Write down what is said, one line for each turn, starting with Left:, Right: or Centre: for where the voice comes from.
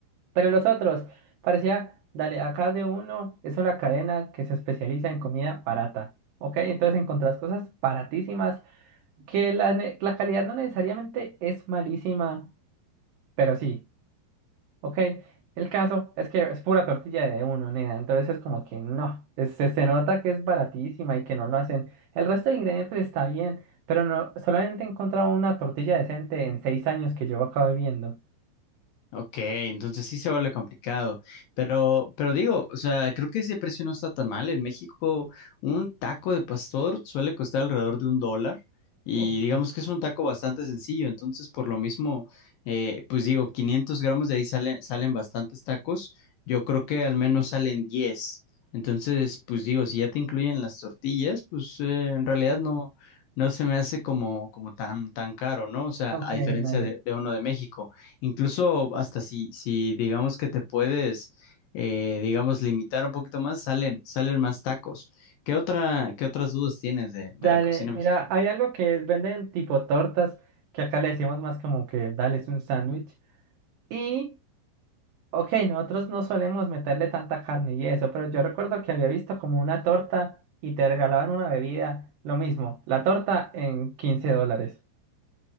Right: Pero los otros, parecía, dale, acá de uno es una cadena que se especializa en comida barata. Ok, entonces encontrás cosas baratísimas que la, ne- la calidad no necesariamente es malísima, pero sí. Ok, el caso es que es pura tortilla de uno, nea. Entonces es como que no, es- se, se nota que es baratísima y que no lo hacen. El resto de ingredientes está bien, pero no, solamente he encontrado una tortilla decente en seis años que llevo acá viviendo.
Left: Ok, entonces sí se vuelve complicado, pero, pero digo, o sea, creo que ese precio no está tan mal. En México, un taco de pastor suele costar alrededor de un dólar y
Right: Ok,
Left: digamos que es un taco bastante sencillo, entonces por lo mismo, eh, pues digo, 500 gramos de ahí salen, salen bastantes tacos, yo creo que al menos salen 10. entonces pues digo, si ya te incluyen las tortillas, pues eh, en realidad no, no se me hace como, como tan, tan caro, ¿no? O sea,
Right: Ok,
Left: a diferencia
Right: dale.
Left: de de uno de México. Incluso hasta si, si digamos que te puedes, eh, digamos, limitar un poquito más, salen, salen más tacos. ¿Qué otra, qué otras dudas tienes de, de
Right: Dale,
Left: la cocina
Right: mira,
Left: mexicana?
Right: hay algo que venden tipo tortas, que acá le decimos más como que dale es un sándwich. Y Ok, nosotros no solemos meterle tanta carne y eso, pero yo recuerdo que había visto como una torta y te regalaban una bebida, lo mismo, la torta en quince dólares.